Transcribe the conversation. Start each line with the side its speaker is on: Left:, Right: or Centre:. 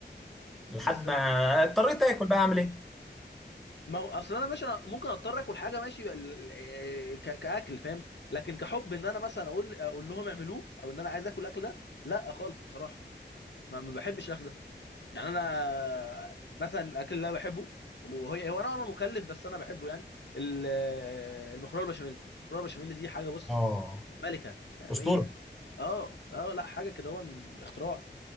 Centre: لحد
Left: بس
Centre: ما اضطريت اكل بقى اعمل ايه
Left: ما هو اصل انا ماشي أنا ممكن اضطر اكل حاجه ماشي ال- ال- آه، ك- كاكل فاهم لكن كحب ان انا مثلا اقول اقول لهم اعملوه او ان انا عايز اكل الاكل ده لا خالص بصراحه ما, ما بحبش الاكل ده يعني انا مثلا الاكل اللي انا بحبه وهي هو انا مكلف بس انا بحبه يعني ال- آه، المكرونه البشاميل المكرونه البشاميل دي حاجه بص
Centre: اه
Left: ملكه فاهم
Centre: اسطوره
Left: هي كده اه اه لا حاجه كده هو اختراع